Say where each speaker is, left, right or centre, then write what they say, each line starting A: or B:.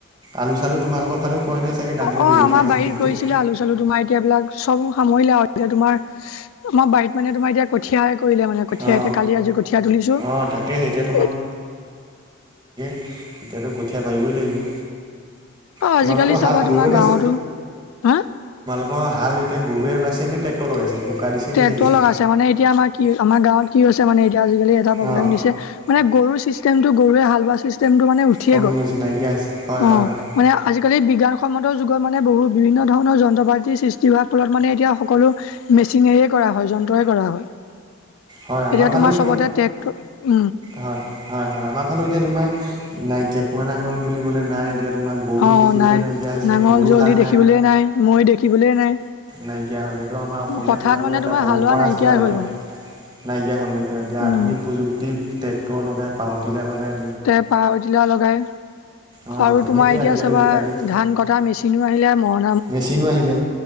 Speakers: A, on the right; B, on the left.
A: আলু-চালু তোমালোকৰ ফালেও কৰে নহয় চাগে ডাঙৰ
B: অ অ,
A: ব্যৱসায়িক
B: আমাৰ বাৰীত
A: ভিত্তিত
B: কৰিছিলে আলু-চালু তোমাৰ এতিয়া এইবিলাক চব সামৰিলে আৰু এতিয়া তোমাৰ ইচ্ আমাৰ বাৰীত মানে তোমাৰ এতিয়া কঠিয়াৰ ঘ কৰিলে মানে কঠিয়া
A: অ
B: এতিয়া কালি-আজি কঠিয়া তুলিছো
A: অ তাকে সেই এতিয়া
B: এত
A: তেতিয়াতো কঠিয়া পাৰিবই লাগিব।
B: অ,
A: তোমালোকৰ
B: আজিকালি চাবা
A: হাল গৰুৱে
B: তোমাৰ গাঁৱতো হা
A: অ, হাল এতিয়া গৰুৱে বাইছে নে? ট্ৰেক্টৰ লগাইছে
B: টিলিং টু
A: বোকা দিছে
B: ট্ৰেক্টৰ
A: কিহে দিছে
B: লগাইছে মানে এতিয়া আমাৰ কি আমাৰ গাঁৱত কি হৈছে মানে এ এতিয়া আজাকালি এটা প্ৰব্লেম
A: অ
B: দিছে মানে গৰুৰ চিষ্টেমটো গৰুৱে হাল বোৱা চিষ্ট চিষ্টেমটো মানে উঠিয়ে
A: কমি
B: গ'ল।
A: গৈছে নাইকিয়া হৈছে হয়
B: অ অ
A: হয়
B: অ
A: হয়
B: মানে আজিকালি বিজ্ঞা অসমতো যুগৰ মানে বহু বিভিন্ন ধৰণৰ যন্ত্ৰ-পাতিৰ সৃষ্টি হোৱাৰ ফলত মানে এতিয়া সকলো মেচিনেৰে কৰা হয়, যন্ত্ৰই কৰা হয়
A: হয় আমাৰ
B: এতিয়া
A: ফালেও
B: তোমাৰ চবতে ট্ৰেক্টৰ উম
A: হয় হয় হয় আমাৰ ফালেও এতিয়া তোমাৰ উস্ নাই কেকুৱা-নাঙল বুলিবলে নাই এতিয়া তোমাৰ গৰু
B: অ
A: দেখিবলৈ
B: অ নাই
A: নাইকিয়া হৈছে
B: নাঙলজলি
A: গৰু হাল
B: দেখিবলৈ নাই মৈ দেখিবলৈ নাই।
A: নাইকিয়া হ'ল। এইটো আমাৰ অসমীয়া
B: পথাৰত
A: সমাজৰ
B: মানে
A: এটা
B: তোমাৰ
A: পৰম্প
B: হালোৱা
A: পৰা
B: নাইকিয়াই
A: আছিলে আগতে
B: হ'ল মানে,
A: নাইকিয়া হ'ল। নাইকিয়া এতিয়া
B: উম,
A: আধুনিক প্ৰযুক্তিৰ টেক গৰুৰ লগে পাওঁ‌ দিলে লগে
B: তেওঁ পাওঁ‌ এতিয়া ও লগাই
A: অ
B: আৰু
A: তেনেকেই
B: তোমাৰ এতিয়া
A: আজিকালি
B: চাবা
A: বোকা দিয়ে
B: ধান কটাৰ মেচিনো আহিলে মই
A: মেচিনো আহিলে